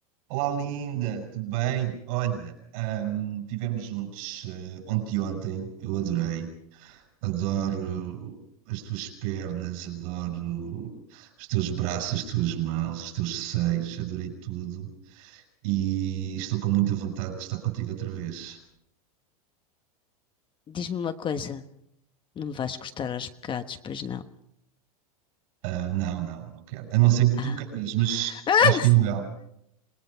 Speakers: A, on the right; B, on the left.
A: Olá, linda, tudo bem? Olha, ahm, tivemos juntos eh, ontem e ontem, eu adorei. Adoro as tuas pernas, adoro os teus braços, as tuas mãos, os teus seios, adorei tudo. E estou com muita vontade de estar contigo outra vez.
B: Diz-me uma coisa. Não me vais cortar aos pecados, pois não?
A: Ah, não, não, não quero. A não ser que tu
B: Ah,
A: queiras, mas
B: <laughs>
A: acho que é ilegal.